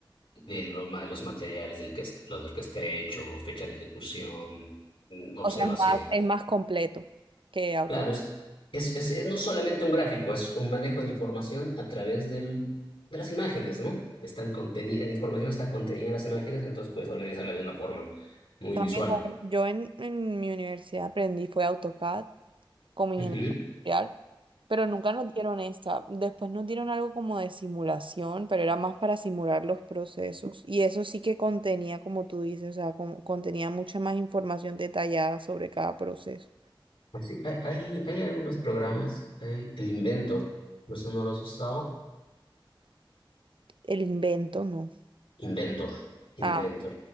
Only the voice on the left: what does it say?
de lo- ma- los materiales del que, est- lo del que está hecho, fecha de ejecución, mm, observaciones.
Claro, es, es, es, es no solamente un gráfico, es un manejo de información a través del, de las imágenes, ¿no? Están conteni- la información está contenida en las imágenes, entonces puedes organizarla de una forma muy
visual.
Ujú.
Pues sí, hay, hay hay algunos programas, hay el Inventor, no sé, no lo has usado.
Inventor, Inventor.